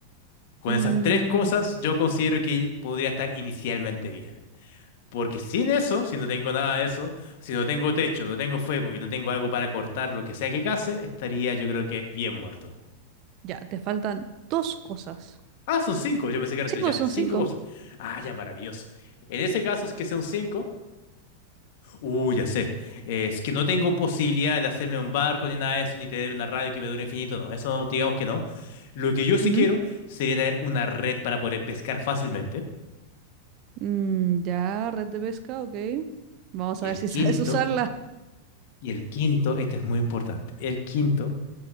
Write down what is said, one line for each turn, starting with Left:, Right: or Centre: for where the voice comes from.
Left: Con
Right: Mm,
Left: esas tres cosas, yo considero que podría estar inicialmente bien. Porque sin eso, si no tengo nada de eso, si no tengo techo, no tengo fuego y no tengo algo para cortar lo que sea que case, estaría yo creo que bien muerto.
Right: ya, te faltan dos cosas.
Left: Ah, son cinco, yo pensé que eran
Right: Sí,
Left: tres
Right: pues
Left: ya.
Right: son
Left: Cinco
Right: cinco.
Left: cosas. Ah, ya, maravilloso. En ese caso es que son cinco. Uh, ya sé. Es que no tengo posibilidad de hacerme un barco ni nada de eso, ni tener una radio que me dure infinito, no. Eso digamos que no. Lo que yo sí
Right: Ujú.
Left: quiero sería tener una red para poder pescar fácilmente.
Right: Mm, ya, red de pesca, ok. Vamos
Left: Y
Right: a ver
Left: el
Right: si
Left: quinto,
Right: <laughs> sabes usarla.
Left: y el quinto, este es muy importante. El quinto